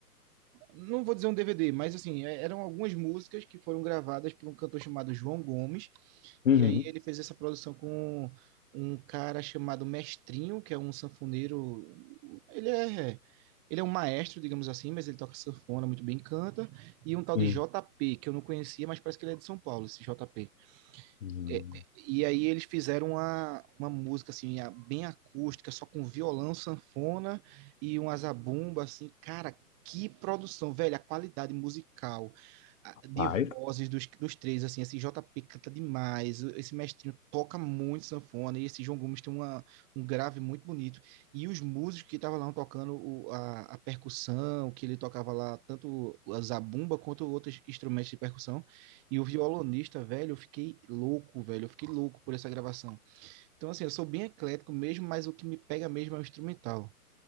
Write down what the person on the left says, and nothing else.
Uhum.
Sim.
Hum.
Ai.